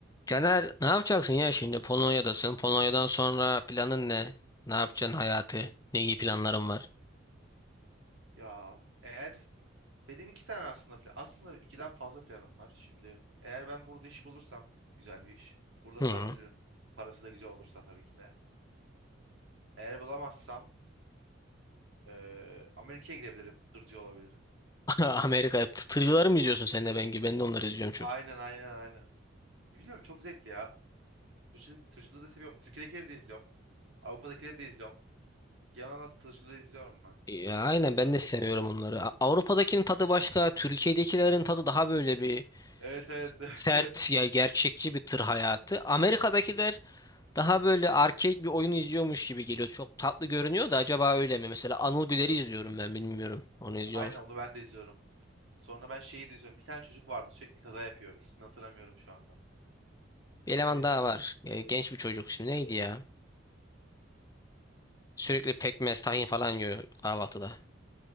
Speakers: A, on the left; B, on the right.
A: Caner ne yapacaksın ya şimdi Polonya'dasın. Polonya'dan sonra planın ne? Ne yapacaksın hayatı? Ne gibi planların var?
B: Ya eğer benim iki tane aslında plan, aslında ikiden fazla planım var. Şimdi eğer ben burada iş bulursam güzel bir iş, burada
A: Hı.
B: kalabilirim. Parası da güzel olursa tabii ki de. Eğer bulamazsam eee, Amerika'ya gidebilirim, tırcı olabilirim.
A: <laughs> Amerika tırcıları mı izliyorsun sen de ben gibi? Ben de onları izliyorum çok.
B: Aynen aynen aynen. Bilmiyorum çok zevkli ya. Tırcılık, tırcılığı da seviyorum. Türkiye'dekileri de izliyorum. Avrupa'dakileri de izliyorum. Genel olarak tırcılığı izliyorum ben.
A: Ya, aynen
B: Sarıyor.
A: ben de seviyorum onları. A- Avrupa'dakinin tadı başka. Türkiye'dekilerin tadı daha böyle bir
B: Evet evet. <laughs>
A: sert ya gerçekçi bir tır hayatı. Amerika'dakiler daha böyle arcade bir oyun izliyormuş gibi geliyor. Çok tatlı görünüyor da acaba öyle mi? Mesela Anıl Güler'i izliyorum ben bilmiyorum. Onu izliyor
B: Aynen
A: musun?
B: onu ben de izliyorum. Sonra ben şeyi de izliyorum. Bir tane çocuk vardı sürekli kaza yapıyor. İsmini hatırlamıyorum şu anda.
A: Bir eleman
B: Onu izliyorum.
A: daha var. Ya, Genç bir çocuk. Şimdi neydi ya? Sürekli pekmez, tahin falan yiyor kahvaltıda.